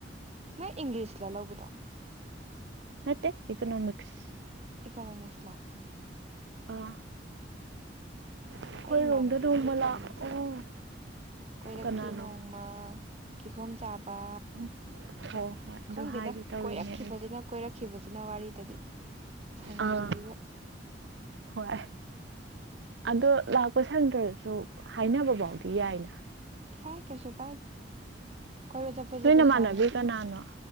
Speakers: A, on the right; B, on the right.
A: ꯅꯪ ꯏꯪꯂꯤꯁꯂ ꯂꯧꯕꯗꯣ
B: ꯃꯦ ꯏꯀꯣꯅꯣꯃꯤꯛꯁ
A: ꯏꯀꯅꯃꯤꯛꯁꯂꯥ
B: ꯑꯥ ꯑꯩꯈꯣꯏꯔꯣꯝꯗ
A: ꯑꯩ ꯏꯃꯥꯟꯅꯕꯤ
B: ꯅꯣꯡꯃ
A: ꯑꯝꯁꯨ ꯏꯀꯅꯣꯃꯤꯛꯁ
B: ꯂꯥꯛꯑꯣ
A: ꯂꯧꯋꯤ ꯀꯣꯏꯔꯛꯀꯦ
B: ꯀꯅꯥꯅꯣ
A: ꯅꯣꯡꯃ ꯀꯤꯍꯣꯝ ꯆꯥꯕ
B: <unintelligible>
A: ꯈꯪꯗꯦꯗ
B: ꯍꯥꯏꯒꯦ ꯇꯧꯔꯤꯅꯦ
A: ꯀꯣꯏꯔꯛꯈꯤꯕꯁꯤꯅ
B: ꯑꯩꯁꯦ
A: ꯀꯣꯏꯔꯛꯈꯤꯕꯁꯤꯅ ꯋꯥꯔꯤꯗꯗꯤ ꯁꯪꯗ꯭ꯔꯤꯁꯤꯒ
B: ꯑꯥ ꯍꯣꯏ ꯑꯗꯣ ꯂꯥꯛꯄ ꯁꯪꯗ꯭ꯔꯁꯨ ꯍꯥꯏꯅꯕꯕꯥꯎꯗꯤ ꯌꯥꯏꯅ
A: ꯌꯥꯏ ꯀꯩꯁꯨ ꯀꯥꯏꯗꯦ ꯀꯣꯏꯕ ꯆꯠꯄꯁꯦ
B: ꯅꯣꯏ
A: ꯄꯩꯁꯥꯅꯤꯅꯦ
B: ꯅꯃꯥꯟꯅꯕꯤ ꯀꯅꯥꯅꯣ